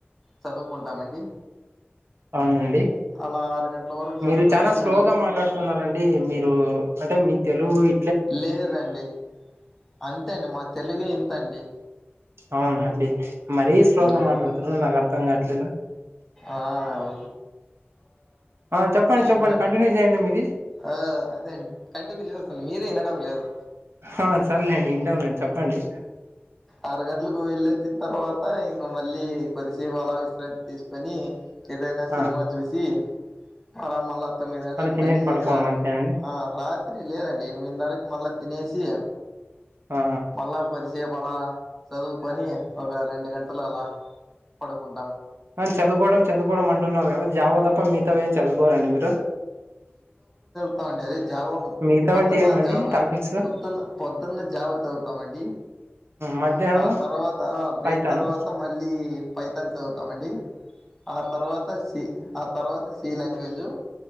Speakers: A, in the centre; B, on the right (about 75°).
A: చదువుకుంటామండి
B: అవునండి
A: అలా ఆరు గంటల వరకు చదువుకొని
B: మీరు చాలా స్లోగా
A: మళ్ళీ
B: మాట్లాడుతున్నారండి మీరు అంటే మీ తెల్గువి
A: లేదండి అంతే అండి మా తెలుగె ఇంతండి
B: అవును అండి మరీ స్లో గా
A: అవును
B: మాట్లాడుతుర్రు నాకర్ ర్థంగావట్లేదు
A: ఆ అ
B: ఆ చెప్పండి చెప్పండి
A: ఇంకా
B: కంటిన్యూ చేయండి మీది
A: ఆ అదే అండి కంటిన్యూ చేస్తును మీరే వినడం లేదు
B: ఆ సర్లేండి ఇంటాంలేండి చెప్పండి
A: ఆరు గంటలకు వెళ్ళొచ్చిన తర్వాత త ఇంకా మళ్ళీ కొద్దిసేపు అలా విశ్రాంతి తీసుకొని ఏదైనా సినిమా
B: ఆ
A: జూసి అలా మళ్ళా తొమ్మిది గంటలకు
B: మళ్ళీ తినేసి
A: మళ్
B: పడుకోవడం
A: ఇర
B: అంతేనండి
A: ఆ రాత్రి లేదండి ఎనిమి న్నారుకు మళ్ళ తినేసి
B: ఆ
A: మళ్ళా కొద్దిసేప్ వలా చదువుకొని ఒక రెండు గంటలు అలా పడుకుం
B: అని చదువుకోవడం చదువుకోవడం అంటున్నారు కదా జావ తప్ప మిగతావేం చదువుకోరండి మీరు
A: తా ఉండేది జావ
B: మిగతావి
A: పొద్దున్న
B: అంటే ఏమండి
A: జావ
B: టాపిక్స్
A: పొద్దున్న పొద్దున్న జావ చదువుతామండి
B: మధ్యాహ్నము
A: ఆ తర్వాత బ్రేక్
B: పైతానా
A: తర్వాత మళ్ళీ పైథాన్ చదువుతామండి, ఆ తర్వాత సీ, ఆ తర్వాత సి లాంగ్వేజ్